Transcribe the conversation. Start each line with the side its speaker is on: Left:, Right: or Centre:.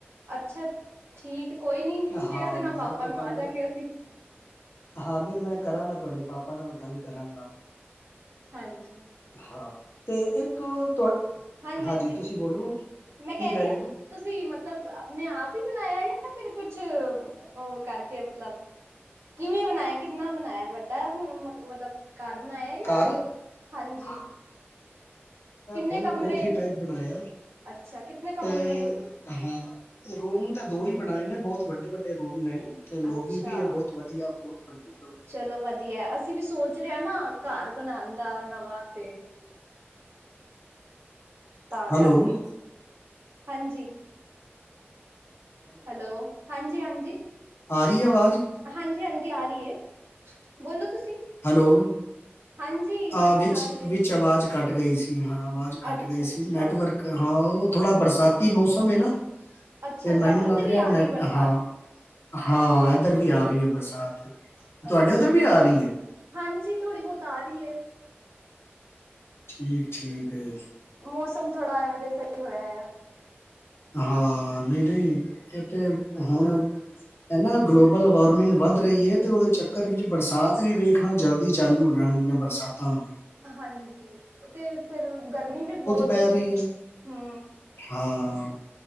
Right: ਅੱਛਾ, ਠੀਕ ਕੋਈ ਨੀ। ਕਹਿ
Left: ਹਾਂ
Right: ਦੇਣਾ
Left: ਮਹੂਰਤ
Right: ਪਾਪਾ
Left: ਤੋਂ
Right: ਨੂੰ,
Left: ਪਹਿਲੇ
Right: ਆ ਜਾਂਗੇ ਅਸੀਂ।
Left: ਹਾਂ, ਨਹੀਂ ਮੈਂ ਕਰਾਂਗਾ, ਤੁਹਾਡੇ ਪਾਪਾ ਨਾਲ, ਗੱਲ ਕਰਾਂਗਾ।
Right: ਹਾਂਜੀ।
Left: ਹਾਂ ਤੇ, ਇੱਕ ਤੁ,
Right: ਹਾਂਜੀ-ਹਾਂਜੀ
Left: ਹਾਂਜੀ। ਤੁਸੀਂ ਬੋਲੋ, ਕੀ
Right: ਮੈਂ
Left: ਕਹਿ
Right: ਰਹੀ
Left: ਰਹੇ
Right: ਹਾਂ
Left: ਹੋ।
Right: ਤੁਸੀਂ ਮਤਲਬ, ਆਪਣੇ ਆਪ ਹੀ ਬਣਾਇਆ ਜਾਂ। ਫੇਰ ਕੁਛ, ਉਹ ਕਰਕੇ ਮਤਲਬ। ਕਿਵੇਂ ਬਣਾਇਆ, ਕਿੰਨਾ ਬਣਾਇਆ ਵੱਡਾ, ਮਤਲਬ ਘਰ ਬਣਾਇਆ। ਜਾਂ
Left: ਘਰ!
Right: ਹਾਂਜੀ
Left: ਹਾ
Right: ਕਿੰਨੇ
Left: ਪੁਰਾ,
Right: ਕਮਰੇ
Left: ਕੋਠੀ ਟਾਈਪ ਬਣਾਇਆ।
Right: ਅੱਛਾ ਕਿਤਨੇ ਕਮਰੇ
Left: ਤੇ, ਅ ਹਾਂ। ਰੂਮ ਤਾਂ ਦੋ ਹੀ, ਬਣਾਏ ਨੇ। ਬਹੁਤ ਵੱਡੇ- ਵੱਡੇ, ਰੂਮ ਨੇ। ਤੇ ਲੋਬੀ
Right: ਅੱਛਾ
Left: ਵੀ ਹੈ, ਬਹੁਤ ਵਧੀਆ, ਬਹੁਤ ਵੱਡੀ ਹੋ।
Right: ਚਲੋ ਵਧੀਆ। ਅਸੀਂ ਵੀ ਸੋਚ ਰਹੇ ਹਾਂ ਨਾ। ਘਰ ਬਣਾਉਣ ਦਾ, ਨਵਾਂ ਤੇ। ਤਾਂ
Left: ਹੈਲੋ
Right: ਕਰਕੇ ਹਾਂਜੀ। ਹੈਲੋ ਹਾਂਜੀ, ਹਾਂਜੀ।
Left: ਆ ਰਹੀ ਆਵਾਜ਼
Right: ਹਾਂਜੀ, ਹਾਂਜੀ ਆ ਰਹੀ ਹੈ ਬੋਲੋ ਤੁਸੀਂ
Left: ਹੈਲੋ।
Right: ਹਾਂਜੀ
Left: ਆਹ
Right: ਹਾਂਜੀ
Left: ਵਿੱਚ,
Right: ਆ ਰਹੀ ਹੈ
Left: ਵਿੱਚ ਆਵਾਜ਼ ਕੱਟ ਗਈ ਸੀ। ਹਾਂ ਆਵਾਜ਼ ਕੱਟ
Right: ਅੱਛਾ
Left: ਗਈ
Right: ਅੱਛਾ
Left: ਸੀ। ਨੈਟਵਰਕ ਹਾਂ ਉਹ, ਥੋੜਾ ਬਰਸਾਤੀ, ਮੌਸਮ ਹੈ ਨਾ।
Right: ਅੱਛਾ
Left: ਤੇ
Right: ਤੁਹਾਡੇ
Left: ਮੈਨੂੰ
Right: ਉੱਤੇ
Left: ਲੱਗ ਰਿਹਾ।
Right: ਵੀ ਆ
Left: ਨੈਟ
Right: ਰਹੀ ਹੈ ਬਰਸਾਤ
Left: ਹਾਂ, ਹਾਂ ਇਧਰ ਵੀ ਆ ਰਹੀ ਹੈ, ਬਰਸਾਤ। ਤੁਹਾਡੇ
Right: ਅੱਛਾ।
Left: ਉੱਧਰ ਵੀ ਆ ਰਹੀ ਹੈ
Right: ਹਾਂਜੀ, ਥੋੜੀ ਬਹੁਤ ਆ ਰਹੀ ਹੈ।
Left: ਠੀਕ- ਠੀਕ, ਆ।
Right: ਮੌਸਮ ਥੋੜਾ, ਐਵੇਂ ਜਿਹਾ, ਸਹੀ ਹੋਇਆ ਆ।
Left: ਹਾਂ। ਨਹੀਂ- ਨਹੀਂ, ਇਹ ਤੇ ਹੁਣ। ਇਹ ਨਾ ਗਲੋਬਲ ਵਾਰਮਿੰਗ, ਵੱਧ ਰਹੀ ਹੈ। ਤੇ ਉਹਦੇ ਚੱਕਰ ਵਿੱਚ, ਬਰਸਾਤ ਵੀ ਵੇਖ ਹਾ ਜਲਦੀ, ਚਾਲੂ ਹੋ ਜਾਣ ਗਿਆਂ ਬਰਸਾਤਾਂ।
Right: ਹਾਂਜੀ ਉਹ ਤੇ ਫੇਿਰ ਗਰਮੀ ਵੀ ਬਹੁਤ
Left: ਪੈ
Right: ਏ
Left: ਰਹੀ
Right: ਹੁ
Left: ਹੈ ਹਾਂ।